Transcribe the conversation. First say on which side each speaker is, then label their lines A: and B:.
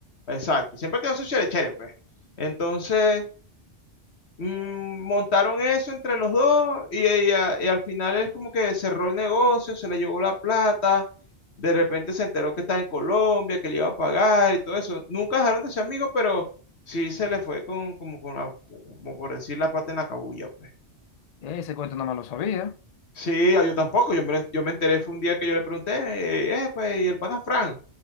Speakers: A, on the left; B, on the left.
A: Exacto, siempre tenía sus cherechere, pues. Entonces, mm, montaron eso entre los dos y, y a- y al final es como que cerró el negocio, se le llevó la plata, de repente se enteró que estaba en Colombia, que le iba a pagar y todo eso. Nunca dejaron de ser amigos, pero sí se le fue con, como con la, como por decir la pata en la cabulla, pues.
B: Ese cuento no me lo sabía.
A: Sí, ah, yo tampoco, yo me, yo me enteré, fue un día que yo le pregunté, eh, pues, ¿y el pana Fran?